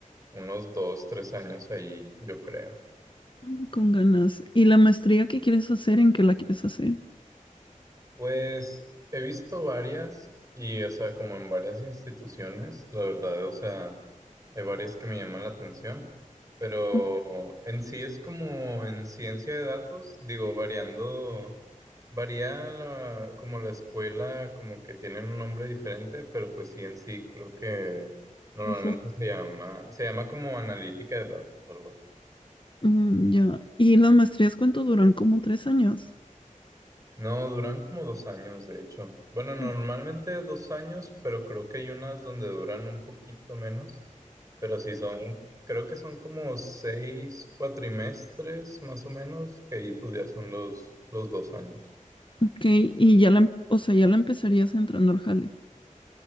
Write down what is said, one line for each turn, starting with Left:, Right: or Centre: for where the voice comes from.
Right: unos dos, tres años ahí, yo creo.
Left: Mm, Con ganas. ¿Y la maestría que quieres hacer? ¿En qué la quieres hacer?
Right: Pues he visto varias y, o sea, como en varias instituciones, la verdad, o sea, hay varias que me llaman la atención, pero
Left: Mm,
Right: en sí es como en ciencia de datos, digo, variando, varía la- como la escuela, como que tienen un nombre diferente, pero pues sí, en sí creo que normalmente
Left: pues es-
Right: se llama, se llama como analítica de datos, algo así.
Left: Mm, ya. ¿Y las maestrías cuánto duran? ¿Como tres años?
Right: No, duran como dos años, de hecho. Bueno, normalmente
Left: Mm.
Right: dos años, pero creo que hay unas donde duran un poquito menos. Pero sí son, creo que son como seis cuatrimestres más o menos, que ahí pues ya son los, los dos años.
Left: Ok, y ya la, em- o sea, ya la empezarías entrando al jale.